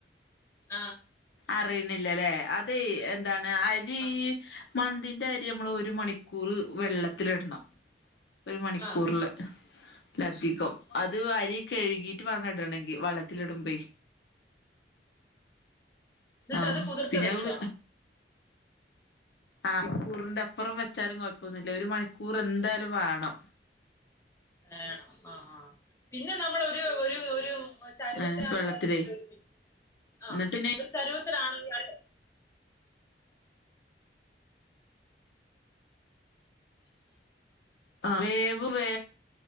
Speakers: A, on the left (about 15°); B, on the left (about 75°).
A: ആ
B: അറിയ്ണ്ല്ലല്ലേ അത് എന്താ ണ് അ
A: ആ
B: മന്തിൻ അരി നമ്മൾ ഒര് മണിക്കൂറ് വെള്ളത്തിലിടണം ഒര് മണിക്കൂർല്
A: ആ,
B: ലതികം
A: ഉം,
B: അത് വ കഴുകീട്ട് വേണം ഇടണെങ്കിൽ വള്ളത്തിലിടുമ്പേ
A: ന്നിട്ടത്
B: ആഹ്
A: കുതിർത്ത്‌
B: പിന്നെ
A: വെക്ക
B: അത് ആ ക്കൂറിന്റെ അപ്പുറം വെച്ചാലും കുഴപ്പമെന്നുല്ലഒരു മണിക്കൂർ എന്തായാലും വേണം
A: വേണം ആ ആ പിന്നെ നമ്മൾ ഒരു ഒരു ഒര് ചരുവത്തിനായിട്ടായിരിക്കുമല്ലോ
B: ഏ വെള്ളത്തിലേ
A: ഒരു വ്യക്തി ആ
B: എന്നിട്ട് പിന്നെ
A: ഒരു ചരുവത്തിലാണല്ലോ
B: വേവ് വേ